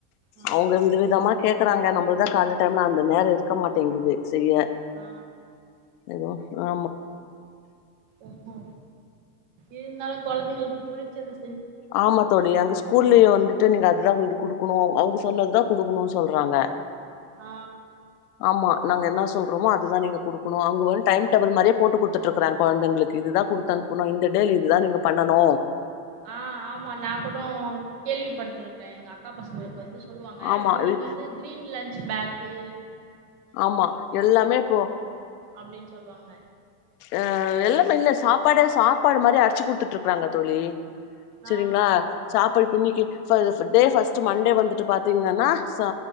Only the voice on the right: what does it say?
ஆ
ஆ
ஒஹோ இருந்தாலு கொழந்தைங்களுக்கு புடிச்சது
ஆ
ஆ ஆமா நா கூட கேள்விப்பட்ருக்கே எங்க அக் கா பசங்களுக்கு வந்து சொல்வாங்க
இன்னைக்கி
வந்து கிரீன் லன்ச் சு பேக்கு
அப்டின் சொல்வாங்க
ஆ